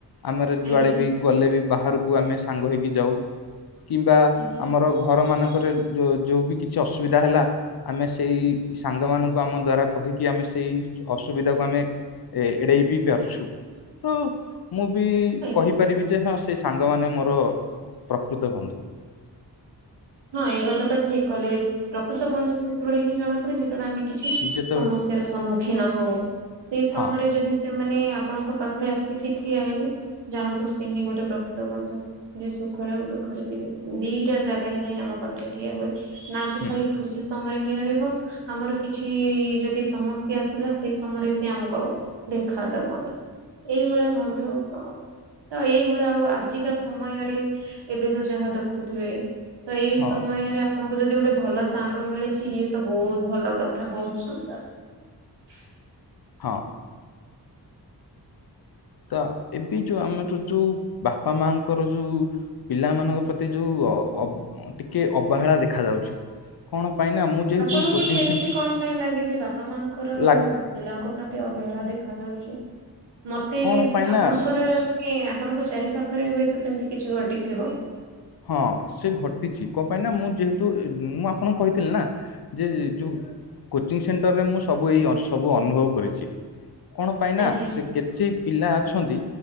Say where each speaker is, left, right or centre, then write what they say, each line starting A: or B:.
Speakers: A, on the left (about 60°); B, on the right (about 90°).
A: ଆମର ଯୁଆଡେ
B: ଆଜ୍ଞା
A: ବି ଗଲେ ବି ବାହାରକୁ ଆମେ ସାଙ୍ଗ ହେଇକି ଯାଉ। କିମ୍ବା
B: ଆଜ୍ଞା
A: ଆମର ଘରମାନ ଙ୍କରେ ଯୋଉ ବି କିଛି ଅସୁବିଧା ହେଲା, ଆମେ ସେଇ ସାଙ୍ଗମାନଙ୍କୁ ଆମ ଦ୍ୱାରା କହିିକି ଆମେ ସେ ସେଇ ଅସୁବିଧାକୁ ଆମେ ଏଡେଇ ବି ପାରୁଛୁ ତ ମୁଁ ବି
B: ଆଜ୍ଞା
A: କହିପାରିବି ଯେ ହଁ ସେଇ ସାଙ୍ଗମାନେ ମୋର ପ୍ରକୃତ ବନ୍ଧୁ।
B: ହଁ ଏଇ କଥା ତ ଠିକ କହିଲେ ପ୍ରକୃତ ବନ୍ଧୁ ସେତେବେଳେ ହିଁ ଜଣାପଡେ, ଯେତେବେଳେ ଆମେ କିଛି
A: ଯେତେବେଳେ
B: ସମସ୍ୟାର ସମ୍ମୁଖୀନ ହଉ ସେ ସମୟରେ
A: ହଁ
B: ଯଦି ସେମାନେ ଆ ଆପଣଙ୍କ ପାଖରେ ଆସିକି ଠିଆ ହେଲେ ଜାଣନ୍ତୁ ସେ ହିଁ ଗୋଟେ ପ୍ରକୃତ ବନ୍ଧୁ ଯେ ସୁଖରେ ଆଉ ଦୁଃଖ ପାଖେରେ ଥିବେ ଦିଟା ଜାଗାରେ ଯାଇ ଆମ ପାଖରେ ଠିଆ ହୁଏ ନା କି
A: ହୁଁ
B: ଖାଲି ଖୁସି ସମୟରେ ହିଁ ରହିବ, ଆମର କିଛି ଯଦି ସମସ୍ୟା ଆସିଲା ସେଇ ସମୟରେ ସିଏ ଆମକୁ ଆଉ ଦେଖାଦବନି ଏଇଭଳିଆ ବନ୍ଧୁ ତ ତ ଏଇଭଳିଆ ଆଉ ଆଜିକା ସମୟରେ ଏବେ ତ ଯାହା ଦେଖୁଥିବେ। ତ ଏଇ
A: ହଁ
B: ସମୟରେ ଆପଣ ଯଦି ଗୋଟେ ଭଲ ସାଙ୍ଗ ମିଳିଛି ଇଏ ତ ବହୁତ ଭଲ କଥା ବହୁତ ସୁନ୍ଦର। <unintelligible>
A: ହଁ। ତ ଏବେ ଯୋଉଁ ଆମର ଯୋଉଁ ବାପା ମାଙ୍କ ଙ୍କର ଯୋଉଁ ପିଲାମାନଙ୍କ ପ୍ରତି ଯୋଉଁ ଟିକେ ଅବହେଳା ଦେଖା ଯାଉଛି। କଣ? ପାଇଁ ନା ମୁଁ ଯେହେତୁ
B: ଆପଣଙ୍କୁ
A: କୋଚିଂ
B: ସେମିତି
A: ସେ
B: କଣ ପାଇଁ ଲାଗେଛି ବାପା ମାଙ୍କର
A: ଲା
B: ବି ପିଲାଙ୍କ ପ୍ରତି ଅ ବେଳା ଦେଖାଯାଉଛି ମତେ
A: କଣ ପାଇଁ ନା
B: ଆପଣଙ୍କର ମାନେ ଆପଣଙ୍କ ଚାରି ପାଖରେ ହୁଏତ ସେମିତି କିଛି ଘଟିଥିବ।
A: ହଁ ସେ ଘଟିଛି କଣ ପାଇଁ ନାଁ ମୁଁ ଯେହେତୁ ମୁଁ ଆପଣଙ୍କୁ କହିଥିଲି ନା ଯେ ଯୋଉଁ କୋଚିଂ ସେଣ୍ଟରରେ ମୁଁ ସବୁ ଏଇ ସବୁ ଅନୁଭବ କରିଛି। କଣ ପାଇଁ ନା
B: ଆଜ୍ଞା
A: ସେ କେତେ ପିଲା ଅଛନ୍ତି